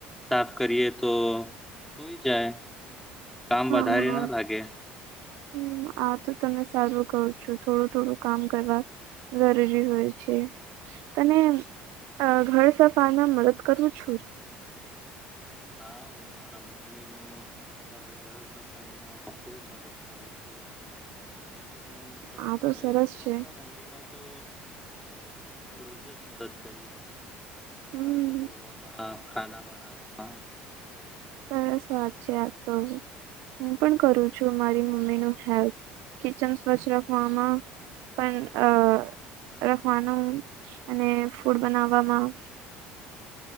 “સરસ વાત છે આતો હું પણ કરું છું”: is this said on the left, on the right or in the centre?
Right